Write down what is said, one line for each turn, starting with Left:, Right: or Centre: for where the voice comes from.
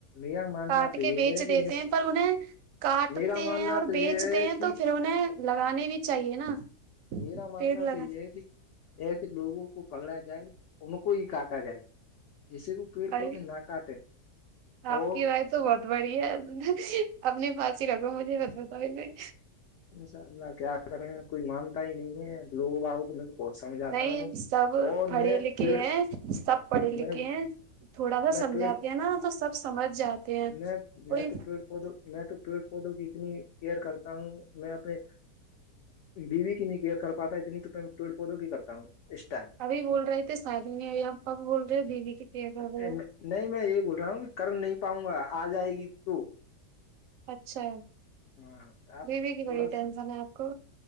Left: میرا ماننا
Right: کاٹ
Left: تو یہ
Right: کے بیچ
Left: ہے
Right: دیتے
Left: کہ
Right: ہیں پر انہیں کاٹتے
Left: میرا ماننا
Right: ہیں اور
Left: تو
Right: بیچتے
Left: یہ ہے
Right: ہیں
Left: کہ
Right: تو پھر انہیں لگانے بھی چاہیے نا
Left: میرا ماننا
Right: پیڑ لگا
Left: تو یہ ہے کہ ایسے لوگوں کو پکڑا جائے ان کو ہی کاٹا جائے جسے وہ پیڑ
Right: ارے
Left: پودے نہ کاٹے
Right: آپ
Left: اور
Right: کی رائے تو بہت بڑی ہے اپنے پاس ہی رکھو مجھے بس بتاؤ میں
Left: انشاء اللہ کیا کر رہے ہیں کوئی مانتا ہی نہیں ہے لوگوں بہت سمجھاتا
Right: نہیں
Left: ہوں
Right: سب
Left: اور
Right: پڑھے
Left: میں
Right: لکھے
Left: پیڑ
Right: ہیں سب پڑھے لکھے
Left: میں
Right: ہیں تھوڑا سا
Left: میں
Right: سمجھاتے
Left: پیڑ
Right: ہیں نا تو سب سمجھ جاتے ہیں
Left: میں
Right: کوئی
Left: میں تو پیڑ پودوں میں تو پیڑ پودوں کی اتنی کیئر کرتا ہوں میں اپنے بیوی کی نہیں کیئر کر پاتا اتنی تو میں پیڑ پودوں کی کرتا ہوں اس ٹائم
Right: ابھی بول رہے تھے شادی نہیں ہوئی اب بول رہے ہو بیوی کی کیئر
Left: ٹائم
Right: کر رہے ہو
Left: نہیں میں یہ بول رہا ہوں کہ کر نہیں پاؤں گا آ جائے گی تو
Right: اچھا
Left: ہاں آپ
Right: بیوی
Left: تھوڑا
Right: کی بڑی ٹینشن
Left: سا
Right: ہے آپ کو